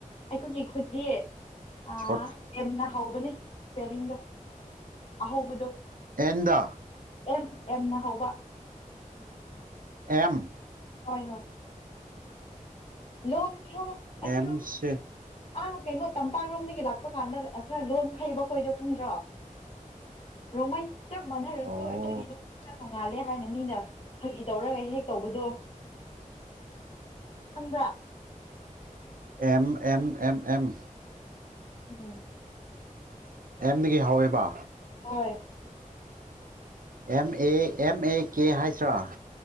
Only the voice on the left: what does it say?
ꯑꯩꯈꯣꯏꯒꯤ ꯈꯨꯟꯗꯤ ꯑ
ꯌꯥꯝꯅ ꯍꯧꯕꯅꯦ ꯄꯄꯦꯂꯤꯡꯗꯣ ꯑꯍꯧꯕꯗꯣ
ꯑꯦꯝ ꯑꯦꯝꯅ ꯍꯧꯕ
ꯍꯣꯏ ꯍꯣꯏ ꯂꯣꯟ ꯊ꯭ꯔꯣ ꯑꯩꯈꯣꯏ
ꯔꯣꯝꯒꯤ <inaudible> ꯑꯅ ꯀꯩꯅꯣ ꯇꯝꯄꯥꯛꯔꯣꯝꯗꯒꯤ ꯂꯥꯛꯄ ꯀꯥꯟꯗ ꯈꯔ ꯂꯣꯟ ꯐꯩꯕ ꯈꯣꯏꯗꯣ ꯈꯪꯗ꯭ꯔꯣ ꯔꯣꯡꯃꯩ ꯆꯞ ꯃꯥꯟꯅꯔꯁꯨ
ꯑꯩꯈꯣꯏꯝꯒꯤ ꯂꯣꯟꯁꯦ ꯀꯌꯥ ꯇꯣꯡꯉꯥꯜꯂꯦ ꯍꯥꯏꯅ ꯃꯤꯅ ꯐꯥꯒꯤ ꯇꯧꯔꯒ ꯍꯦꯛ ꯇꯧꯕꯗꯣ ꯈꯪꯕ꯭ꯔꯥ
ꯎꯝ
ꯍꯣꯏ